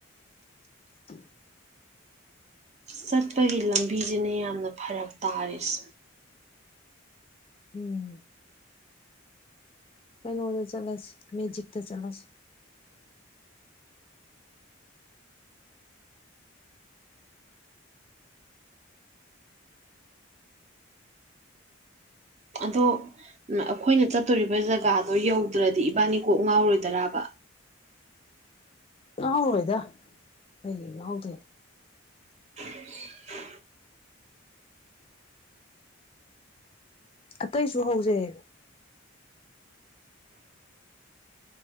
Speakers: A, on the left (about 25°); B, on the right (about 35°).
A: ꯏꯁꯀꯤꯞ
B: ꯆꯠꯄꯒꯤ ꯂꯝꯕꯤꯁꯤꯅ ꯌꯥꯝꯅ ꯐꯔꯛ ꯇꯥꯔꯤꯁ
A: ꯎꯝ ꯀꯩꯅꯣꯗ ꯆꯠꯂꯁꯤ ꯃꯦꯖꯤꯛꯇ ꯆꯠꯂꯁꯤ
B: ꯑꯗꯣ ꯑꯩꯈꯣꯏꯅ ꯆꯠꯇꯣꯔꯤꯕ ꯖꯒꯥꯗꯣ ꯌꯧꯗ꯭ꯔꯗꯤ ꯏꯕꯥꯅꯤ ꯀꯣꯛ ꯉꯥꯎꯔꯣꯏꯗ꯭ꯔꯕ
A: ꯉꯥꯎꯔꯣꯏꯗ ꯀꯩ ꯉꯥꯎꯗꯣꯏꯅꯣ
B: <inaudible>
A: ꯑꯇꯩꯁꯨ ꯍꯧꯖꯩ